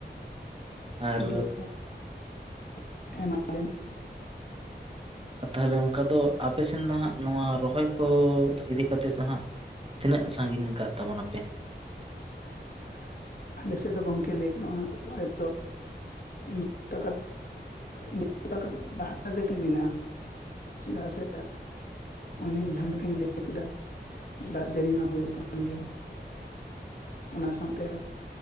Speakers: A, on the left (about 55°); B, on the right (about 30°).
A: <unintelligible>
B: ᱟᱨ
A: ᱦᱮ ᱢᱟ ᱞᱟᱹᱭ ᱢᱮ?
B: ᱛᱟᱦᱞᱮ ᱚᱱᱠᱟ ᱫᱚ ᱟᱯᱮ ᱥᱮᱱ ᱫᱚ ᱦᱟᱸᱜ ᱱᱚᱣᱟ ᱨᱚᱦᱚᱭ ᱠᱚ ᱤᱫᱤ ᱠᱟᱛᱮᱫ ᱫᱚ ᱦᱟᱸᱜ ᱛᱤᱱᱟᱹᱜ ᱥᱟᱺᱜᱤᱧ ᱠᱟᱫ ᱛᱟᱵᱚᱱ ᱱᱟᱯᱮ?
A: <inaudible> ᱟᱞ ᱥᱮ ᱫᱚ ᱜᱚᱢᱠᱮ ᱞᱟᱹᱭ ᱜᱟᱱᱚᱜᱼᱟ <unintelligible> ᱢᱩᱪᱟᱹᱫ ᱟᱠᱟᱱ ᱰᱟᱦᱟᱨ ᱨᱮᱜᱮ ᱢᱮᱱᱟᱜᱼᱟ᱾ ᱪᱮᱫᱟᱜ ᱥᱮ ᱚᱱᱮ ᱡᱟᱦᱟᱸ ᱞᱮᱠᱟᱧ ᱞᱟᱹᱭ ᱠᱮᱫᱟ ᱫᱟᱜ ᱡᱟᱹᱲᱤ ᱢᱟ ᱦᱩᱭᱩᱜ ᱠᱟᱱ ᱜᱮᱭᱟ᱾ ᱚᱱᱟ ᱥᱟᱶᱛᱮ